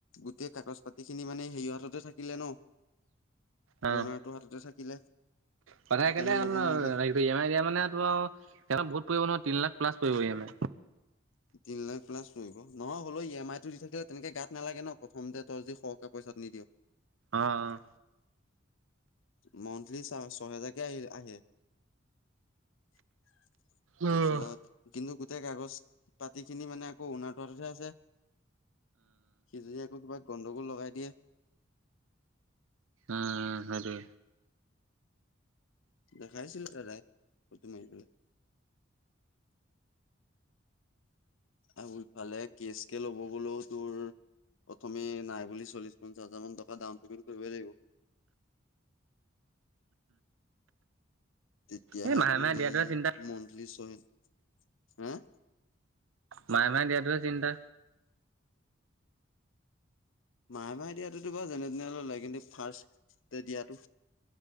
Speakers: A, on the left; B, on the right.
A: গোটেই কাগজ পা তি খিনি মানে সেৰিয় হাততে থাকিলে ন।
B: অ
A: অ'নাৰটোৰ হাততে থাকিলে
B: কথাই
A: সেইকাৰণে
B: একেটাই
A: ল'ব
B: হ'ল ন
A: নোৱাৰিলে
B: লাগিলে ই এম আই দিয়া মানে ত সেইখন বহুত নহয় তিন লাখ ক্লাছ প্লাছ এমি।
A: তিন লাখ প্লাছ নহয় হলেও এম আই টো দি থাকিলে তেনেকে গাত নালাগে ন প্ৰথমতে ত যি টকা পইচাত নিদিয়।
B: অ', অ'।
A: মন ইি চ চহেজাকে আহি আহে। <unintelligible> তাৰপিছত
B: উম,
A: কিন্তু গোটেই কাগজ পাতি খিনি মানে আকৌ উণ তহে আছে। সি য আকৌ কিবা গন্ধগোল লগাই দিয়ে।
B: উম সেইটোৱে।
A: দেখাইছিলো দাদাই ফুত মাৰি পেলাই। আৰু বোৰফালে কেচ কে ল'ব ক'লো তোৰ প্ৰথমে নাই বুলি চল্লিশ পঞ্চাশ হাজাৰ মান টকা ডাউন পেমেণ্ট। কৰিবই লাগিব। তেতিয়াহে
B: এই মাহে
A: তো
B: মাহে
A: সেই
B: দিয়াটোহে চিন্তা।
A: মলি চহ হম।
B: মাহে মাহে দিয়াটো হে চিন্তা।
A: মাহে মাহে দিয়াতোতো বাৰু যেনে তেনে ললে কিন্তু ফাৰ্ষ্টে দিয়াতো।